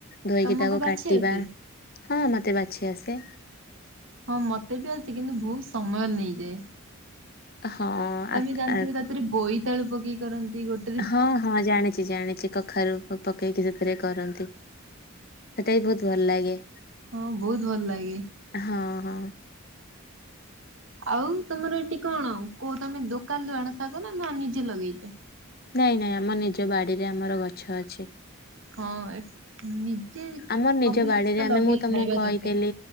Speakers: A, on the left (about 45°); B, on the right (about 65°).
A: ଧୋଇକି
B: ତମକୁ
A: ତାକୁ
B: ବାଛି
A: କାଟିବା
B: ଆସେ?
A: ହଁ ମତେ ବାଛି ଆସେ।
B: ହଁ ମତେ ବି ଆସି କିନ୍ତୁ ବହୁତ ସମୟ ନେଇଯାଏ।
A: ହଁ। ଆ
B: ତମେ ଜାଣିଥିବ
A: ଆ
B: ତାତିରେ ବୋଇତାଳୁ ପକେଇ କରନ୍ତି ଗୋଟେ।
A: ହଁ ହଁ ଜାଣିଛି ଜାଣିଛି। କଖାରୁ ପକେଇକି ସେଥିରେ କରନ୍ତି ସେଇଟା ବି ବହୁତ ଭଲ ଲାଗେ।
B: ହଁ ବହୁତ ଭଲ ଲାଗେ।
A: ହଁ ହଁ।
B: ଆଉ ତମର ଏଠି କଣ କୋଉ ତମେ ଦୋକାନ ରୁ ଆଣ ଶାଗ ନା ନା ନିଜେ ଲଗେଇଛ।
A: ନାଇଁ ନାଇଁ ଆମ ନିଜ ବାଡିରେ ଆମର ଗଛ ଅଛି।
B: ହଁ ଏ ନିଜେ
A: ଆମର ନିଜ
B: ସବୁ ଜିନିଷ
A: ବାଡିରେ
B: ଟା
A: ଆମେ
B: ଲଗେଇି
A: ମୁଁ ତମକୁ
B: ଖାଇବା
A: କହିଥିଲି
B: ଦରକାର।